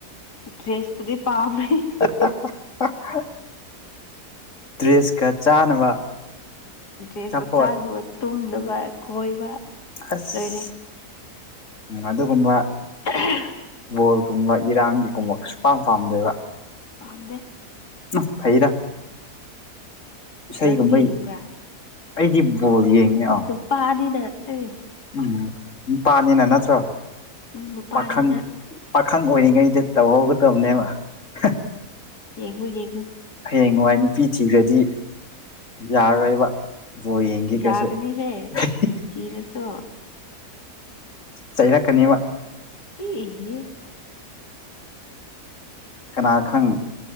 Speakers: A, on the left (about 85°); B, on the left (about 50°).
A: ꯭꯭ꯗꯔꯦꯁꯄꯨꯗꯤ ꯄꯥꯝꯃꯤ <unintelligible>
B: <unintelligible> ꯗ꯭ꯔꯦꯁꯀ ꯆꯥꯅꯕ
A: ꯗ꯭ꯔꯦꯁꯀ
B: ꯑꯆꯥꯄꯣꯠ
A: ꯆꯥꯅꯕ ꯇꯨꯝꯅꯕ ꯀꯣꯏꯕ
B: ꯑꯁ
A: ꯂꯣꯏꯔꯦ
B: ꯎꯝ ꯑꯗꯨꯒꯨꯝꯕ
A: \ <unintelligible>
B: ꯕꯣꯜꯒꯨꯝꯕ ꯏꯔꯥꯡꯒꯤꯒꯨꯝꯕꯁꯨꯄꯥꯝ ꯄꯥꯝꯗꯦꯕ꯫
A: ꯄꯥꯝꯗꯦ꯫
B: ꯎ ꯐꯩꯗ ꯏꯁꯩꯥꯒꯨꯝꯕꯩ
A: ꯅꯪꯗꯤ ꯌꯦꯡꯕ꯭ꯔꯥ
B: ꯑꯩꯗꯤ ꯕꯣꯜ ꯌꯦꯡꯉꯤ ꯑ
A: ꯅꯨꯄꯥꯅꯤꯅ ꯑꯦ
B: ꯎꯝ ꯅꯨꯄꯥꯅꯤꯅ ꯅꯠꯇ꯭ꯔꯣ
A: ꯎꯝ ꯅꯨꯄꯥꯅꯤꯅ
B: ꯄꯥꯈꯡ ꯄꯥꯈꯪ ꯑꯣꯏꯔꯤꯉꯩꯗ ꯇꯧꯍꯧꯒꯗꯕꯅꯦꯕ <unintelligible>
A: ꯌꯦꯡꯉꯨ ꯌꯦꯡꯉꯨ꯫
B: ꯍꯌꯦꯡꯋꯥꯏ ꯅꯨꯄꯤ ꯊꯤꯈ꯭ꯔꯗꯤ ꯌꯥꯔꯔꯣꯏꯕ ꯕꯣ ꯌꯦꯡꯒꯦ ꯀꯁꯨ
A: ꯌꯥꯒꯅꯤꯍꯦ
B: <unintelligible>
A: <unintelligible>
B: ꯆꯩꯔꯛꯀꯅꯦꯕ꯫
A: ꯏ <unintelligible>
B: ꯀꯅꯥ ꯈꯪ